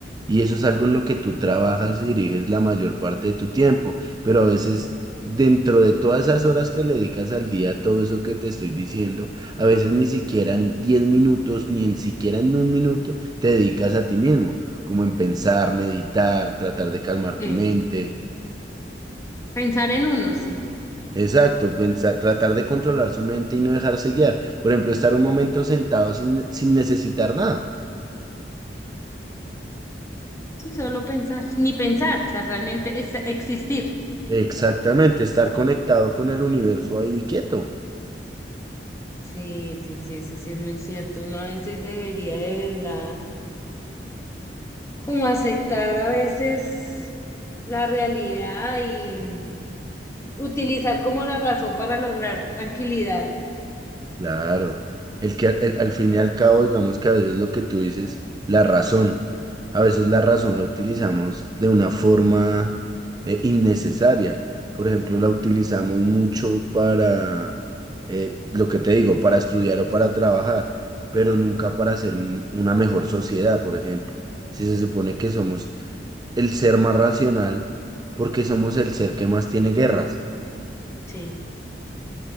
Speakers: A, on the right (about 25°); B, on the left (about 15°).
A: Y eso es algo en lo que tú trabajas y diriges la mayor parte de tu tiempo, pero a veces dentro de todas esas horas que le dedicas al día, todo eso que te estoy diciendo, a veces ni siquiera en 10 minutos, ni en siquiera en un minuto, te dedicas a ti mismo, como en pensar, meditar, tratar de calmar
B: Sí.
A: tu mente,
B: Pensar en uno, sí.
A: Exacto, pensar, tratar de controlar su mente y no dejarse guiar. Por ejemplo, estar un momento sentado sin, sin necesitar nada.
B: Sí, solo pensar, ni pensar, o sea, realmente es existir.
A: Exactamente, estar conectado con el universo ahí quieto.
B: Sí, sí, sí, eso sí es muy cierto. Uno a veces debería de verdad como aceptar a veces la realidad y utilizar como la razón para lograr tranquilidad.
A: Claro, el que al al fin y al cabo, digamos que a veces lo que tú dices, la razón, a veces la razón la utilizamos de una forma eh, innecesaria. Por ejemplo, la utilizamos mucho para, eh, lo que te digo, para estudiar o para trabajar, pero nunca para hacer m- una mejor sociedad, por ejemplo. Si se supone que somos el ser más racional, porque somos el ser que más tiene guerras.
B: Sí,